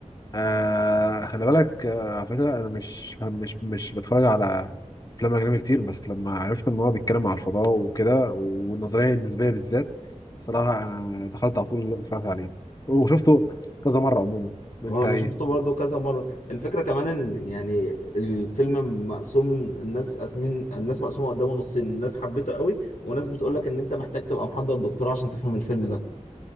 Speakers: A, on the left (about 30°); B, on the left (about 80°).
A: آه خلي بالك آه على فكرة أنا مش مش مش بتفرج على أفلام أجنبي كتير بس لما عرفت إن هو بيتكلم على الفضاء وكده والنظرية النسبية بالذات صراحة أنا دخلت على طول اتفرجت عليه وشفته كذا مرة عموما أنت
B: اه انا
A: إيه؟
B: شفته برضه كذا مره الفكره كمان ان يعني الفيلم مقسوم الناس قاسمين الناس مقسومه قدامه نصين ناس حبيته قوي وناس بتقول لك ان انت محتاج تبقى محضر دكتوراه عشان تفهم الفيلم ده